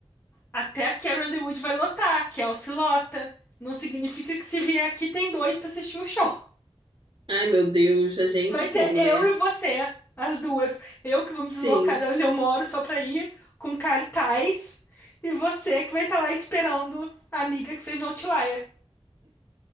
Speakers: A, on the left; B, on the right.
A: até a Carrie Underwood vai lotar, a Kelsey lota. Não significa que se vier aqui tem dois pra assistir o show.
B: Ai, meu Deus, a gente
A: Vai
B: como,
A: ter eu
B: né?
A: e você, as duas. Eu que vou
B: Sim.
A: me deslocar de onde eu moro só pra ir, com cartaz. E você que vai estar lá esperando a amiga que fez no Outlier.